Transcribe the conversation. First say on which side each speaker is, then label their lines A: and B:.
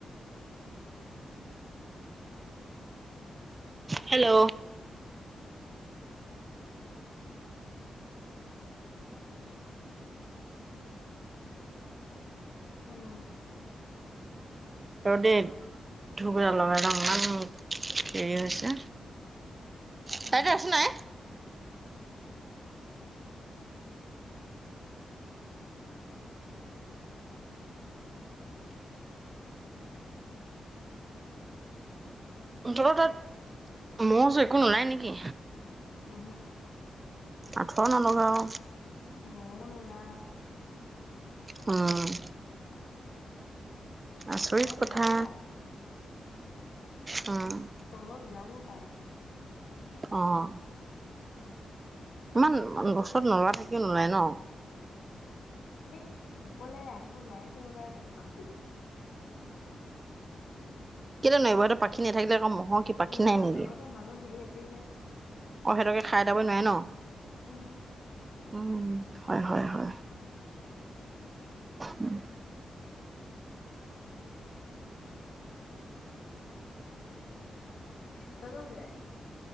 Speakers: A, on the right (about 30°); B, on the left (about 70°).
A: হেল্ল
B: উম
A: ৰ দে ধুব এদাল লগাই লং ইমান হেৰি হৈছে? তাইদেউ
B: উম
A: আছে নাই <unintelligible> তহ তাত মহ চহ একো নোলাই নেকি
B: উ হু।
A: আঠুৱা নলগাং
B: মৌ নোলায়।
A: উম। আচৰিত
B: তলত
A: কথা।
B: ওলাব পাৰে
A: উম
B: তলত ওলাবও পায়ে।
A: অহ ইমান
B: ওপ
A: ওচত নলা থাকিও নোলাই ন।
B: সেই ওপলে আহিব নোৱাৰিছে সপাই ক।
A: কেলে নোৱাৰিব সেত পাখি নাথাকিলে ক অ কি পাখি
B: নহয়
A: নাই নেকি
B: তলতে
A: অ
B: মানুহ ধেই আছেই যে
A: সেহতকে খাই এতাব নোৱাৰে ন
B: উম।
A: উম হয় হয় হয় উম।
B: তহ ত যে